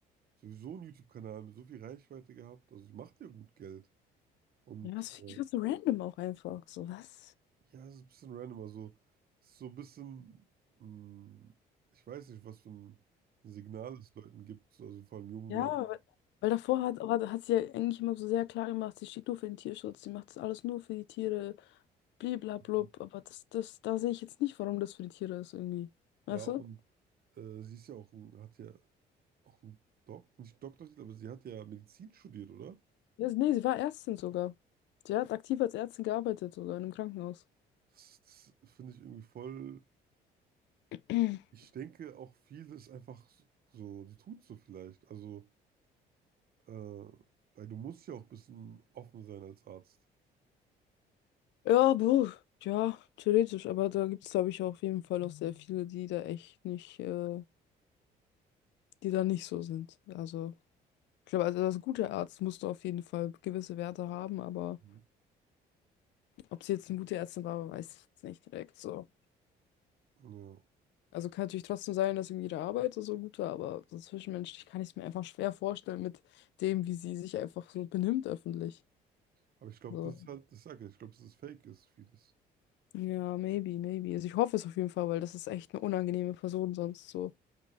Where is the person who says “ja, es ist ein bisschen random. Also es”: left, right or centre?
Right